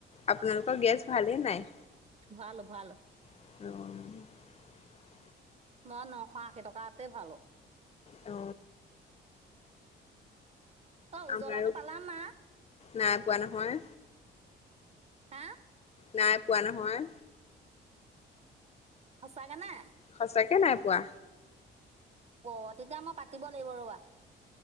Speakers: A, on the left; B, on the right.
A: আপোনালোকৰ গেছ ভালেই নাই
B: ভআলো ভআলো
A: উম
B: মই নশ আশী টকাত ভাল
A: অ
B: অ উজ্বলাটো
A: আমাৰো
B: পালা না
A: নাই পোৱা নহয়
B: হে
A: নাই পোৱা নহয়
B: সঁচা কে নে
A: সঁচাকে নাই পোৱা
B: অ তেতিয়া মই পাতিব লাগিব ৰ'বা